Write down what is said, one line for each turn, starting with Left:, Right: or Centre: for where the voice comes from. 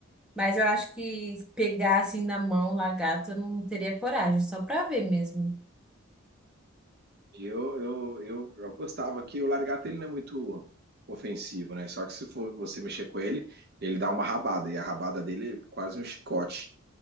Centre: Mas eu acho que pegar assim na mão, lagarto, eu não teria coragem, só para ver mesmo.
Right: Eu, eu, eu, eu gostava que o largato ele não é muito ofensivo, né? Só que se for você mexer com ele, ele dá uma rabada, e a rabada dele é quase um chicote.